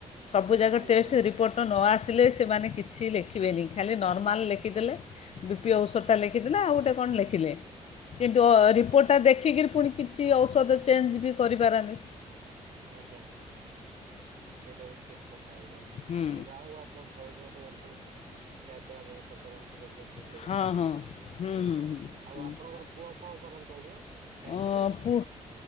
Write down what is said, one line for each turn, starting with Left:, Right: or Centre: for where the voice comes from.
Left: ସବୁ ଯାକ
Right: ଆଜ୍ଞା
Left: ଟେଷ୍ଟ ରିପୋର୍ଟ ନ ଆସିଲେ ସେମାନେ କିଛି ଲେଖିବେନି ଖାଲି ନର୍ମାଲ୍ ଲେଖିଦେଲେ। ବି ପି ଔଷଟା ଲେଖିଦେଲା ଆଉ ଗୋଟେ କଣ ଲେଖିଲେ। କିନ୍ତୁ ଅ
Right: ଆଜ୍ଞା।
Left: ରିପୋର୍ଟଟା ଦେଖିକିରି ପୁଣି କିଛି ଔଷଧ ଚେଞ୍ଜ୍ ବି କରିପାରନ୍ତିି।
Right: ଆଜ୍ଞା ସେଇଟା ବି ଠିକ୍ କଥା ଆଜ୍ଞା
Left: ହୁଁ
Right: ଏ ଯାହା ହଉ ଆ ଉଁ ଭଲସେ ରୁହନ୍ତୁ ଖିଆ ପିଆ ଭଲସେ କରନ୍ତୁ ଜଲ୍ଦି ଠିକ୍
Left: ହଁ ହଁ ହୁଁ ହୁଁ ହୁଁ
Right: ଆଉ
Left: ହୁଁ।
Right: ଆପଣଙ୍କର ପୁଅ କଁ କରନ୍ତି ଆଜ୍ଞା? ଜାଣିପାରିବି
Left: ଅଁ ପୁ